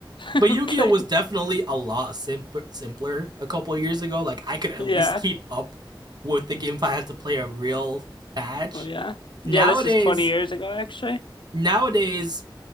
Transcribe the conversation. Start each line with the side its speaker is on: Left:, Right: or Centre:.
Left: <laughs>
Right: But Yu-Gi-Oh
Left: Like,
Right: was definitely a lot simpler, simpler a couple years ago. Like I could at
Left: yeah.
Right: least keep up with the game if I had to play a real match.
Left: Well, yeah. Yeah,
Right: Nowadays,
Left: this was 20 years ago, actually.
Right: nowadays,